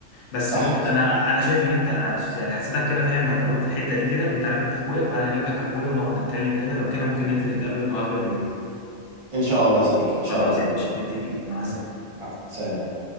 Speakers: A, on the left; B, on the right.
A: بس
B: صح
A: بص
B: صح
A: انا انا شايف ان انت انا يعني حسيتك كده فاهم يا طارق في الحته دي كده وانت عارف انت اخويا فانا هجيب لك اخويا ونقعد نتكلم كده لو كده ممكن ننزل نتقابل النهارده بالليل
B: ان شاء الله يا صديقي ان شاع
A: خلاص
B: الله
A: يا باشا متفقين مع السلامه
B: م. سلام